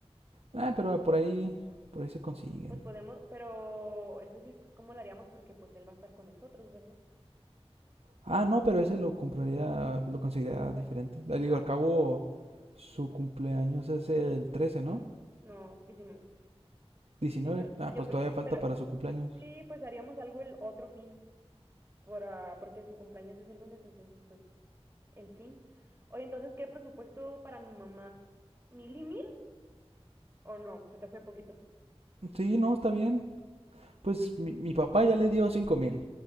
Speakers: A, on the right; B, on the right.
A: Ah, pero por ahí, por ahí se consiguen.
B: Pues podemos, pero eso sí, ¿cómo lo haríamos? Porque pues él va a estar con nosotros, ¿verdad?
A: Ah, no, pero ese lo compraría, pues lo conseguiría
B: Aparte.
A: diferente. Ah, Digo,
B: Ah,
A: al cabo, su cumpleaños es el 13,
B: como,
A: ¿no?
B: no, diecinueve
A: 19.
B: Yo creo,
A: Ah,
B: yo
A: pues
B: creo,
A: todavía falta
B: pero
A: para su cumpleaños.
B: sí, pues haríamos algo el otro fin, por, ah, porque su cumpleaños es el lunes, entonces pues el fin. Oye, entonces, ¿qué presupuesto para mi mamá? ¿Mil y mil? ¿O no? Se te hace poquito.
A: Sí, no, está bien. Pues mi, mi papá ya le dio cinco mil.